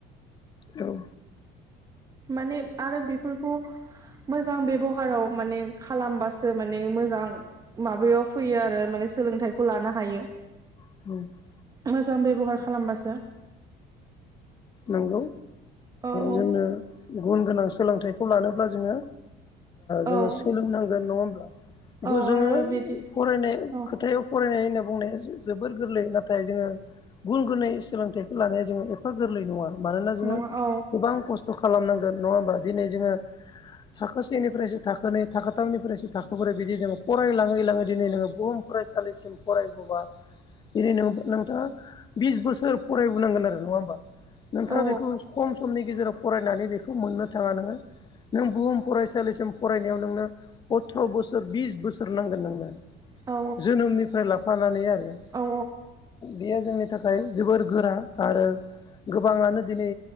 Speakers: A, on the left; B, on the right.
A: औ
B: माने आरो बेफोरखौ मोजां बेब'हाराव माने खालामबासो माने मोजां माबायाव फैयो आरो माने सोलोंथाइखौ लानो हायो
A: <unintelligible>
B: मोजां बेब'हार खालामबासो
A: नंगौ
B: औ औ
A: जोंनो गुन गोनां सोलोंथाइखौ लानोब्ला जोङो जोङो
B: औ
A: सोलोंनांगोन नङा होमब्ला
B: औ
A: बे जोङो
B: आरो बिदि
A: फरायनाय
B: औ
A: खोथायाव फरायनाय होनना बुंनाया जोबोर गोरलै नाथाय जोङो गुन गोनै सोलोंथाइखौ लानाया जोङो एफा गोरलै नङा मानोना जोङो
B: नङा औ
A: गोबां खस्थ' खालामनांगोन नङा होमबा दिनै जोङो थाखोसेनिफ्रायसो थाखोनै थाख थामनिफ्रायसो थाखोबोरै बिदि जोङो फरायलाङै लाङै दिनै नोङो बुहुम फरायसालिसिम फरायबोब्ला दिनै न नोंथाङा बिस बोसोर फरायबोनांगोन आरो नङा होमबा नोंथाङा
B: औ
A: बेखौ खम समनि गेजेराव फरायनानै बेखौ मोननो थाङा नोङो नों बुहुम फरायसालिसिम फरायनायाव नोंनो अथ्र' बोसोर बिस बोसोर नांगोन नोंनो
B: औ
A: जोनोमनिफ्राय लाफानानै आरो
B: औ
A: बेयो जोंनि थाखाय ओमफ्राय जोबोर गोरा आरो गोबाङानो दिनै